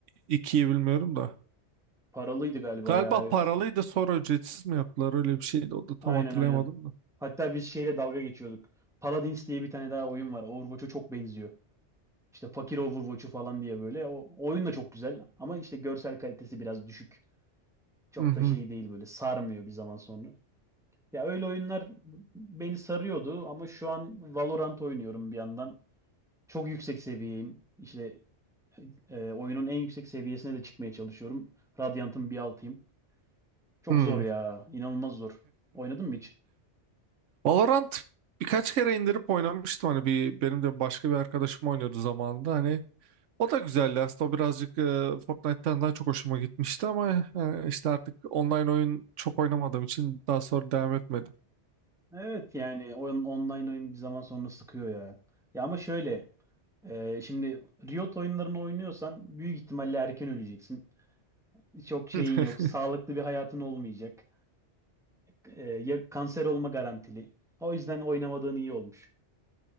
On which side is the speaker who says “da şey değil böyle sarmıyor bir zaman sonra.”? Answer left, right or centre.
Centre